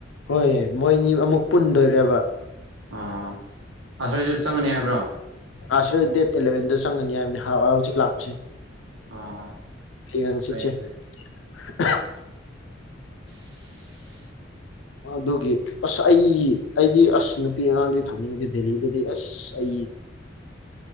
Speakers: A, on the left; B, on the right.
A: ꯍꯣꯏ ꯃꯣꯏꯅꯤ ꯑꯃꯨꯛ ꯄꯨꯟꯗꯣꯏꯕ
B: ꯑꯥ ꯑꯁꯣꯏꯁꯨ ꯆꯪꯒꯅꯤ ꯍꯥꯏꯕ꯭ꯔꯣ
A: ꯑꯥ ꯗꯦꯠ ꯏꯂꯕꯦꯟꯗ ꯆꯪꯉꯅꯤ ꯍꯥꯏꯕꯅꯤ ꯍꯧꯖꯤꯛ ꯂꯥꯛꯄꯁꯦ
B: ꯑꯥ ꯍ
A: ꯍꯌꯦꯡ ꯍꯪꯆꯤꯠꯁꯦ
B: ꯐꯥꯏ
A: <unintelligible>
B: <unintelligible>
A: ꯑꯗꯨꯒꯤ ꯑꯁ ꯑꯩ ꯑꯩꯗꯤ ꯑꯁ ꯅꯨꯄꯤ ꯑꯉꯥꯡꯗꯤ ꯊꯝꯅꯤꯡꯗꯦ ꯗꯦꯜꯂꯤꯗꯗꯤ ꯑꯁ ꯑꯩ